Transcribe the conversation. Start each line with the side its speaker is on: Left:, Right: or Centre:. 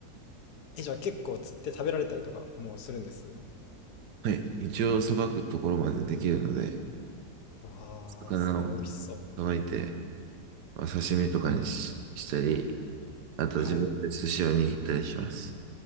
Left: え、じゃあ結構釣って食べられたりとかもうするんです
Right: はい。一応、さばくところまでできるので、
Left: わあ、
Right: 魚を
Left: すごい美味しそ
Right: さばいて、まあ刺身とかにし、したり、あと自分で寿司を握ったりします。
Left: う。はい。